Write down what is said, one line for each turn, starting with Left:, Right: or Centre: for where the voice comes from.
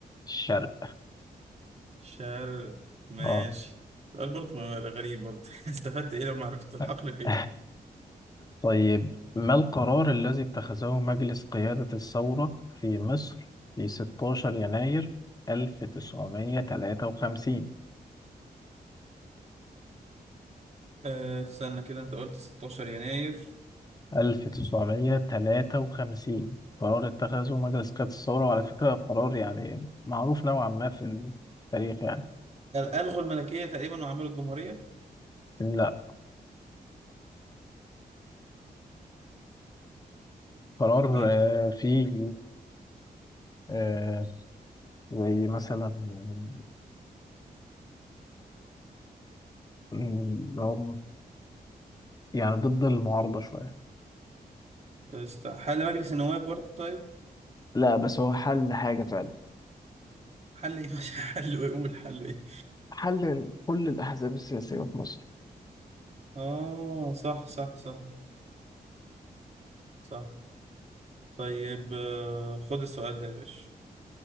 Left: الشرق
Right: شرق ماشي
Left: اه
Right: سؤال برضه غريب برضه <laughs> استفدت ايه لما عرفت الحقل
Left: <laughs>
Right: فين
Left: طيب ما القرار الذي اتخذه مجلس قيادة الثورة في مصر في 16 يناير 1953
Right: آه استنى كده انت قلت 16 يناير
Left: 1953 قرار اتخذه مجلس قيادة الثورة وعلى فكرة قرار يعني معروف نوعا ما في التاريخ يعني
Right: قال- الغوا الملكية تقريبا وعملوا الجمهورية
Left: لا قرار
Right: اما ايه
Left: آه،
Right: تاني؟
Left: فيه آه، زي مثلا آه، اللي هو يعني ضد المعارضة شوية
Right: است... حل مجلس النواب برضه طيب
Left: لا بس هو حل حاجة فعلا
Right: حل ايه <laughs> مش حل ايه قول حل ايه
Left: حل كل الأحزاب السياسية في مصر
Right: اه صح صح صح صح طيب آه، خد السؤال ده يا باشا